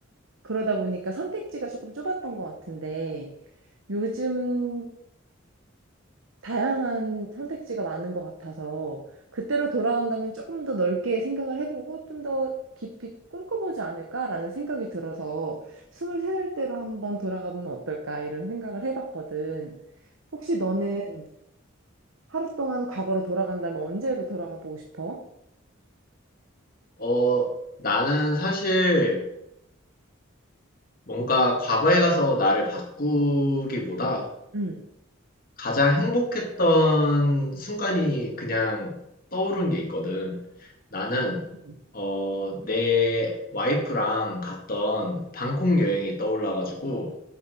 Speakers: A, on the right; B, on the left.
A: 그러다 보니까 선택지가 조금 좁았던 것 같은데 요즘 다양한 선택지가 많은 것 같아서 그때로 돌아간다면 조금 더 넓게 생각을 해보고 좀 더 깊이 꿈꿔보지 않을까라는 생각이 들어서 23살 때로 한번 돌아가면 어떨까 이런 생각을 해봤거든. 혹시 너는
B: 음.
A: 하루 동안 과거로 돌아간다면 언제로 돌아가 보고 싶어?
B: 어, 나는 사실 뭔가 과거에 가서 나를 바꾸기보다
A: 응.
B: 가장 행복했던 순간이 그냥 떠오른 게 있거든. 나는,
A: 음.
B: 어, 내 와이프랑 갔던 방콕 여행이 떠올라가지고